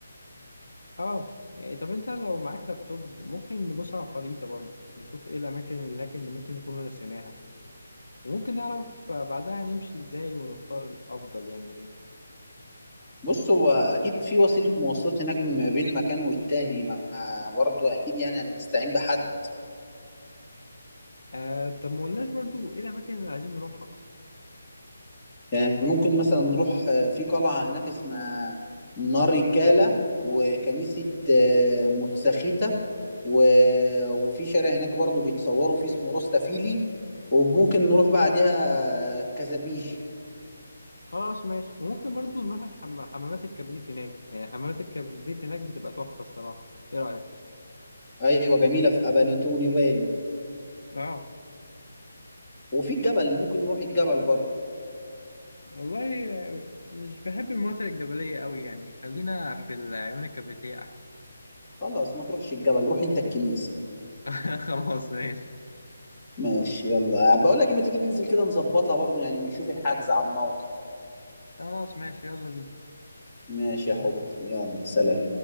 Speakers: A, on the left; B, on the left.
A: اه يعني طب انت لو معاك لابتوب ممكن نبص على الخريطة برضو نشوف ايه الأماكن اللي هناك اللي ممكن نكون نسيناها وممكن نعرف بعدها نمشي ازاي ونختار الأفضل يعني لينا
B: بص هو اكيد في وسيلة مواصلات هناك ما بين مكان والتاني مع برضه اكيد يعني هنستعين بحد
A: آه طب ما قلناش برضو ايه الأماكن اللي عايزين نروحها
B: يعني ممكن مثلا نروح آه، في قلعة هناك اسمها ناريكالا وكنيسة آه، موتساخيتا و... وفي شارع هناك برضو بيتصوروا فيه اسمه روستا فيلي وممكن نروح بعدها كازابيجي
A: خلاص ماشي وممكن برضو نروح الحم... حمامات الكبريت هناك يعني حمامات الكبريت هناك بتبقى تحفة الصراحة ايه رأيك؟
B: أيوة جميلة في أباناتون يباني
A: اه
B: وفي الجبل ممكن نروح الجبل برضو
A: والله آه، مش بحب المناطق الجبلية قوي يعني خلينا في العيون الكبريتية أحسن
B: خلاص ما تروحش الجبل روح أنت الكنيسة
A: <laughs> خلاص ماشي
B: ماشي يلا بقول لك ما تيجي ننزل كده نظبطها برضو يعني ونشوف الحجز على الموقع
A: خلاص ماشي يلا بينا
B: ماشي يا حبي يلا سلام